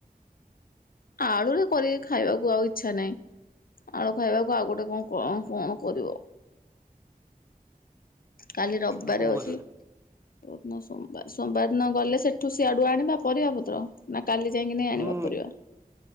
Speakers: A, on the left (about 75°); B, on the right (about 15°).
A: ଆଳୁରେ କରି ଖାଇବାକୁ ଆଉ ଇଚ୍ଛା ନାଇଁ। ଆଳୁ ଖାଇବାକୁ ଆଉ ଗୋଟେ କଁ କଣ କଣ କରିବ? କାଲି ରବିବାର
B: ଆଉ କଣ
A: ଅଛି।
B: କରିବା
A: କୋଉ ଦିନ ସୋମବାର ସୋମବାର ଦିନ ଗଲେ ସେଠୁ ସିଆଡୁ ଆଣିବା ପରିବା ପତ୍ର ନା କାଲି ଯାଇକି ନେଇ ଆଣିବା
B: ହୁଁ
A: ପରିବା।